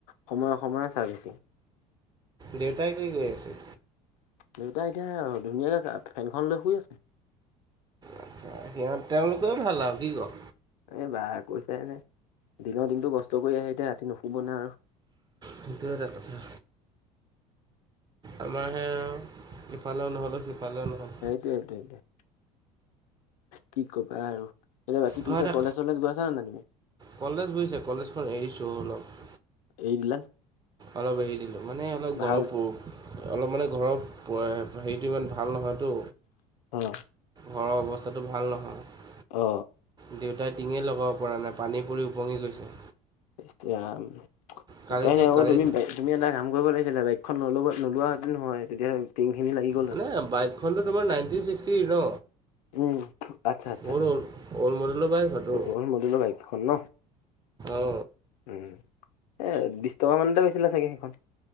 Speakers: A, on the left; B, on the right.
A: সময়- সময়ৰ চাৰ্ভিছিং।
B: দেউতাই কি' কৰি আছে?
A: দেউতাই এতিয়া ধুনীয়াকে ফেনখন লৈ শুই আছে।
B: আচ্ছা সিহঁত তেওঁলোকে ভাল আৰু কি' ক?
A: এই বা' কৈছানে। দিনৰ দিনটো কষ্ট কৰি আহে এতিয়া ৰাতি নুশুব না আৰু।
B: সেইটোৱে টো কথা। আমাৰ সে এওঁ ইফালেও নহ'লো, সিফালেও নহ'ল।
A: দে', দে ', দে', কি' কবা আৰু। এতিয়া বাকী
B: মই
A: পিছে
B: এটা
A: কলেজ- কলেজ গৈছা নাই তুমি?
B: কলেজ গৈছা। কলেজখন এৰিছো অ অলপ।
A: এৰি দিলা?
B: অলপ এৰি দিলোঁ মানে অলপ গৰৱ
A: ভাল
B: পোক। অলপ মানে ঘৰৰ হেৰিটো ইমান ভাল নহয়তো।
A: অ
B: ঘৰৰ অৱস্থাটো ভাল নহয়।
A: অ।
B: দেউতাই টিঙে লগাব পৰা নাই পানী পৰি ওপঙি গৈছে‌।
A: ইচ্ ৰাম
B: কালিতো
A: উপায় নাই অ
B: কালি
A: তুমি পাই তুমি এটা কাম কৰিব লাগিছিলে বাইকখন নল'ব নোলোৱাহেতেনো হয় তেতিয়া টিংখিনি লাগি গল
B: মানে
A: হয়।
B: বাইকখনতো তোমাৰ নাইনটিন-ছিক্সটি ন।
A: উম আচ্ছা আচ্ছা
B: বহুত অল, অল মডেলৰ বাইক হয় তো
A: অল মডেলৰ বাইকখন ন
B: অ।
A: উম এই বিছ টকামানতে বেছিলে চাগে সেইখন।